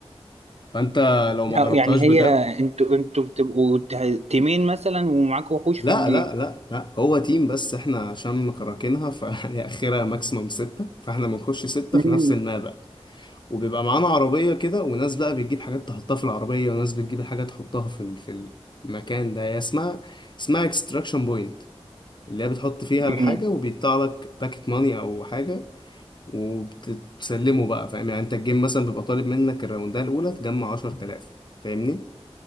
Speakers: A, on the left; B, on the right.
A: فانت لو ما
B: أو
A: جربتهاش
B: يعني هي
A: بجد
B: انتوا انتوا بتبقوا ت- تيمين مثلا ومعاكوا وحوش
A: لا
B: في الجيم
A: لا لا لا هو تيم بس احنا عشان مكركينها فهي <laughs> اخرها ماكسيموم ستة فاحنا بنخش ستة
B: مم.
A: في نفس المابا وبيبقى معانا عربية كده وناس بقى بتجيب حاجات تحطها في العربية وناس بتجيب حاجات تحطها في ال- في المكان ده هي اسمها اسمها اكستراكشن بوينت اللي هي بتحط فيها
B: مم.
A: الحاجة وبيطلع لك باكت ماني او حاجة وبتسلمه بقى فاهم يعني انت الجيم مثلا بيبقى طالب منك الراوندة الأولى تجمع 10000 فاهمني